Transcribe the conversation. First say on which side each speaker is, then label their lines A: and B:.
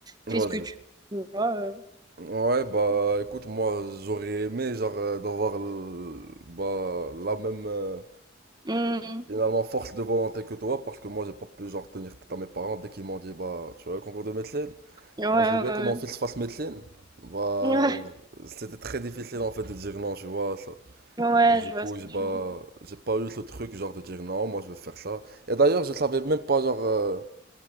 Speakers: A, on the right; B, on the right.
A: Vas-y.
B: fais ce que tu veux. euh.
A: Ouais, bah, écoute, moi, j'aurais aimé, genre, euh, d'avoir, l- bah, la même. euh,
B: Hmm.
A: Finalement, force de volonté que toi, parce que moi, j'ai pas pu genre tenir tête à mes parents dès qu'ils m'ont dit, bah, tu vois le concours de médecine?
B: Ouais, ouais,
A: Bah, je veux bien que mon fils fasse médecine. Bah,
B: ouais.
A: c'était très difficile en fait de dire non, tu vois, ça.
B: Ouais, ouais,
A: Et du
B: je vois
A: coup,
B: ce que
A: j'ai
B: tu
A: bah,
B: veux dire.
A: j'ai pas eu ce truc genre de dire non, moi, je veux faire ça. Et d'ailleurs, je savais même pas, genre, euh,